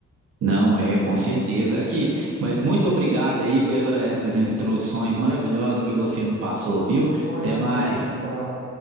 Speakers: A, on the right; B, on the right.
A: não é, com certeza. Aqui, mas muito obrigado aí pelas essas instruções maravilhosas que você me passou, viu?
B: Bom, hein,
A: Até
B: meu
A: mais.
B: amigo. Tchau.